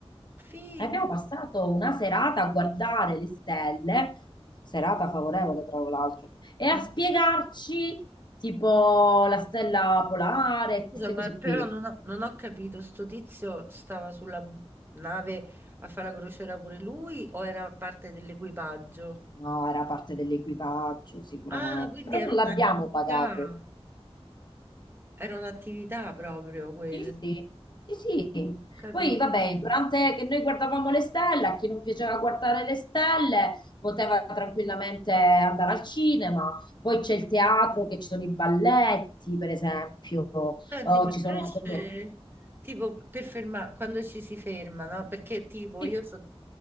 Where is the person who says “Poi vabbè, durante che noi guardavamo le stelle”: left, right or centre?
Left